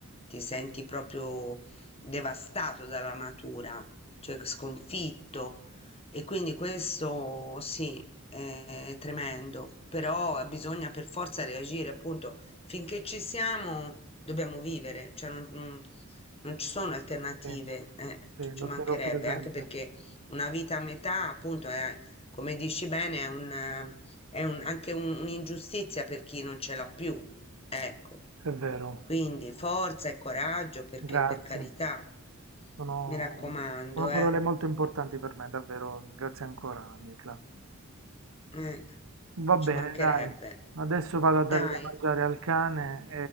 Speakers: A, on the left (about 30°); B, on the right (about 70°).
A: ti senti proprio devastato dalla natura, cioè c sconfitto. E quindi questo sì, è tremendo, però bisogna per forza reagire, appunto Finché ci siamo dobbiamo vivere, cioè non, non- non ci sono alternative,
B: sì,
A: eh,
B: sì,
A: ci
B: lo
A: mancherebbe,
B: terrò presente.
A: anche perché una vita a metà, appunto, è, come dici bene, è un, eh, è un- anche un- un'ingiustizia per chi non ce l'ha più, ecco.
B: È vero,
A: Quindi forza e coraggio, perché
B: grazie.
A: per carità,
B: Sono,
A: mi raccomando,
B: sono parole
A: eh,
B: molto importanti per me, davvero. Grazie ancora, Nicla.
A: eh,
B: Va bene,
A: ci mancherebbe.
B: dai. Adesso vado
A: Dai.
B: a dare da mangiare al cane